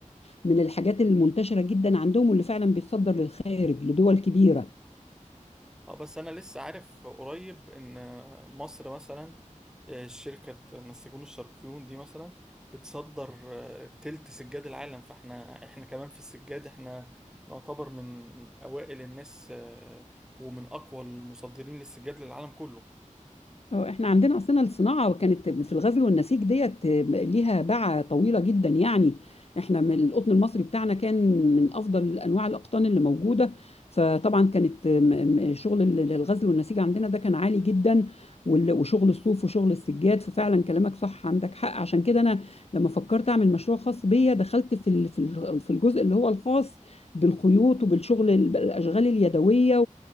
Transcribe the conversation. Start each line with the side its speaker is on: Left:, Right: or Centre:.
Left: من الحاجات المنتشره جدا عندهم واللي فعلا بيتصدر للخارج لدول كبيره
Centre: اه بس انا لسه عارف قريب ان آه، مصر مثلا آه، شركة نسيجون الشرقيون دي مثلا بتصدر آه، تلت سجاد العالم فاحنا احنا كمان في السجاد احنا نعتبر من اوائل الناس آه، ومن اقوى المصدرين للسجاد للعالم كله
Left: اه احنا عندنا اصلا الصناعه كانت في الغزل والنسيج ديت ليها باعة طويله جدا يعني احنا من القطن المصري بتاعنا كان من افضل انواع الاقطان اللي موجوده فطبعا كانت م- م- شغل ال- الغزل والنسيج عندنا ده كان عالي جدا وال- وشغل الصوف وشغل السجاد ففعلا كلامك صح عندك حق عشان كده انا لما فكرت اعمل مشروع خاص بيا دخلت في ال- في ال- في الجزء اللي هو الخاص بالخيوط وبالشغل ال- الاشغال اليدويه